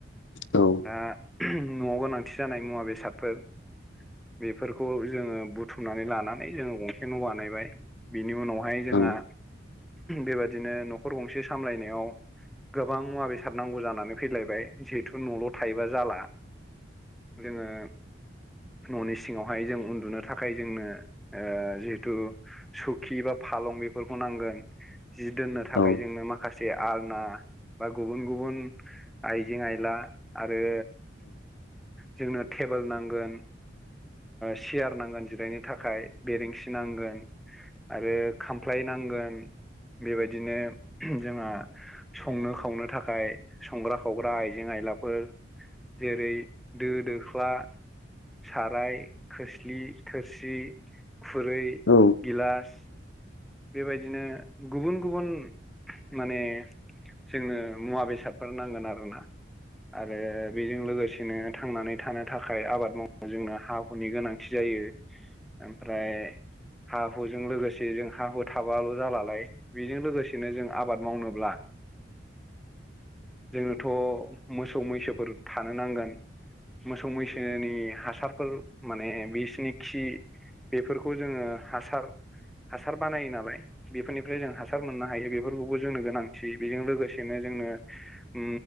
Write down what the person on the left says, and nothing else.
औ
औ
औ
औ।